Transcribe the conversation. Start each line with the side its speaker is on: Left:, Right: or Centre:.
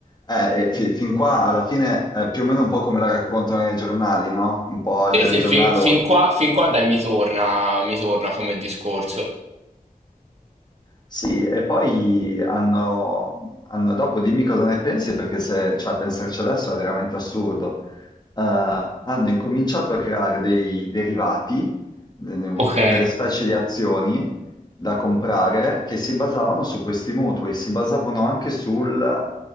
Left: eh, e fi- fin qua alla fine è più o meno un po' come la raccontano nei giornali, no? Un po' al
Right: Sì,
Left: telegiornale.
Right: sì, fin, fin qua, fin qua dai, mi torna, mi torna come discorso.
Left: Sì, e poi hanno, hanno- dopo dimmi cosa ne pensi, perché se, cioè, pensarci adesso è veramente assurdo. Eh, hanno incominciato a creare dei derivati, de-
Right: Ok.
Left: delle specie di azioni da comprare che si basavano su questi mutui, si basavano anche sul-